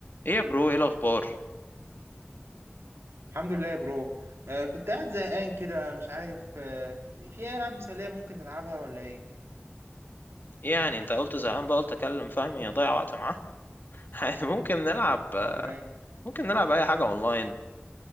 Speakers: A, on the left; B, on the right.
A: ايه يا برو ايه الاخبار
B: الحمد لله يا برو آه كنت قاعد زهقان كده مش عارف آه في اي العاب مسليه ممكن نلعبها ولا ايه
A: ايه يعني انت قلت زهقان بقى قلت اكلم فهمي اضيع وقت معاه <laughs> عادي، ممكن نلعب
B: تمام
A: ممكن نلعب اي حاجه اونلاين